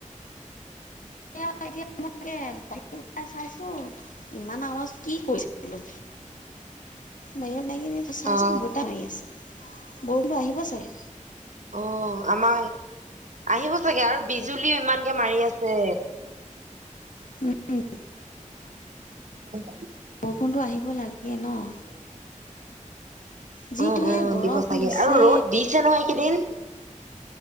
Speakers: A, on the left; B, on the right.
A: <unintelligible> চাইছোঁ ইমান আৱাজ কি কৰিছে বোলো? বাহিৰত লাগনে চাইছোন
B: অ
A: বতাহ মাৰি আছে। বৰষুণটো আহিব চাগে।
B: অ' আমাৰ আহিব চাগে আৰু বিজুলীও ইমানকে মাৰি আছে।
A: উম,
B: <unintelligible>
A: ফোনটো আহিব লাগে ন'?
B: <inaudible>
A: যিটোহে
B: অ', অ'
A: গৰম
B: দিব চাগে।
A: দিছে।
B: আৰু ৰ'দ দিছে নহয় এইকেইদিন